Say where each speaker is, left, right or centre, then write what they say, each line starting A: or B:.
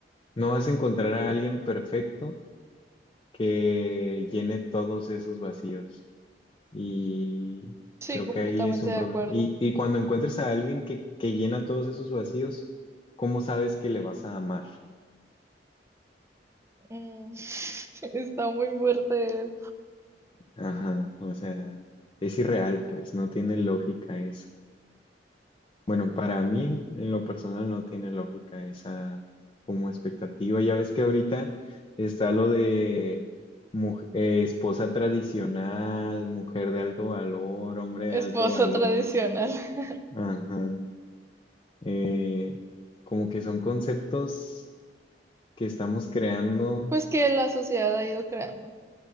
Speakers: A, on the left; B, on the right.
A: no vas a encontrar a alguien perfecto que llene todos esos vacíos. Y
B: Sí,
A: creo
B: completamente
A: que ahí es un
B: de
A: problema.
B: acuerdo.
A: Y, y cuando encuentres a alguien que, que llena todos esos vacíos, ¿cómo sabes que le vas a amar?
B: Mm, <laughs> Está muy fuerte
A: Ajá, o sea, es irreal, pues, no tiene lógica eso. Bueno, para mí, en lo personal, no tiene lógica esa como expectativa. Ya ves que ahorita está lo de mu- eh, esposa tradicional, mujer de alto valor, hombre de
B: esposa
A: alto valor.
B: tradicional. <laughs>
A: Ajá. eh, como que son conceptos que estamos creando,
B: Pues que la sociedad ha ido creando,